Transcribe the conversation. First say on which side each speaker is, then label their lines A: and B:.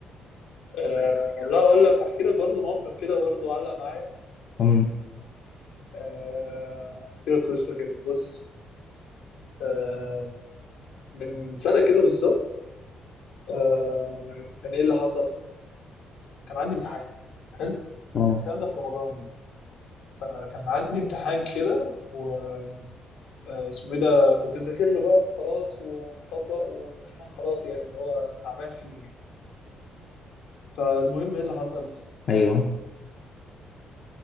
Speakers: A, on the left; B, on the left.
A: آه. لا اقول لك احكي لك برضو موقف كده برضو علق معايا
B: امم
A: آه. احكي لك قصة كده بص آه. من سنة كده بالظبط آه. كان ايه اللي حصل كان عندي امتحان حلو
B: اه
A: كان الكلام ده في رمضان يعني فكان عندي امتحان كده و آه، اسمه ايه ده كنت مذاكر له بقى خلاص ومطبق وامتحان خلاص يعني اللي هو تعبان فيه يعني فالمهم ايه اللي حصل
B: ايوه